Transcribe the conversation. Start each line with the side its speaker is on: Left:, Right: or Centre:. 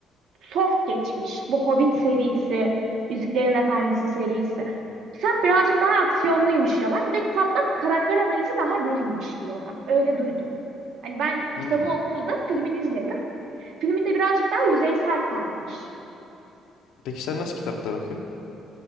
Right: soft geçmiş. Bu Hobbit serisi, Yüzüklerin Efendisi serisi. Kitap birazcık daha aksiyonluymuş diyorlar. Bir de kitapta karakter analizi daha derinmiş diyorlar. Öyle duydum. Hani ben
Left: Hmm.
Right: kitabını okumadım, filmini izledim. Filminde birazcık daha yüzeysel kalmış.
Left: Peki sen nasıl kitaplar okuyorsun?